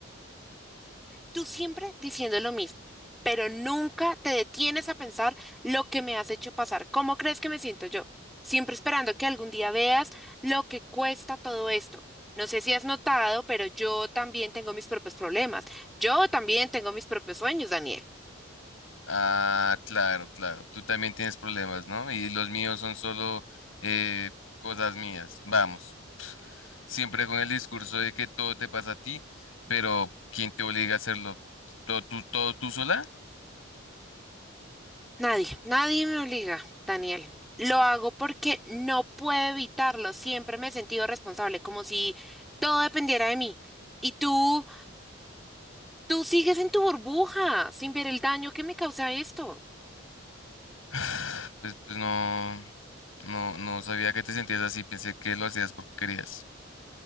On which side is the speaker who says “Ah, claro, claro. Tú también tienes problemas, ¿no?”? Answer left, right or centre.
Left